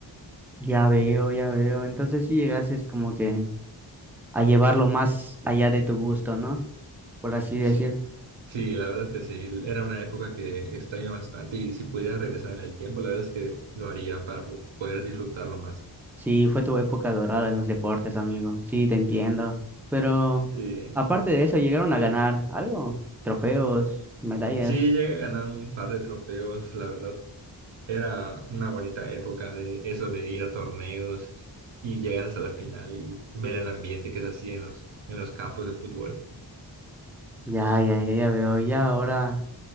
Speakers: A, in the centre; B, on the right.
A: Ya veo, ya veo. Entonces sí llegaste como que a llevarlo más allá de tu gusto, ¿no? Por así decir.
B: Sí, Sí, la verdad es que sí, era una época que extraño bastante y si pudiera regresar en el tiempo, la verdad es que lo haría para po- poder disfrutarlo más.
A: Sí, fue tu época dorada en los deportes, amigo. Sí, te entiendo. Pero
B: Sí,
A: aparte de eso, llegaron a ganar algo, trofeos, medallas.
B: sí, llegué a ganar un par de trofeos, la verdad, era una bonita época de eso de ir a torneos y llegar hasta la final y ver el ambiente que se hacía en los, en los campos de fútbol.
A: Ya, ya, ya, ya veo. Ya ahora.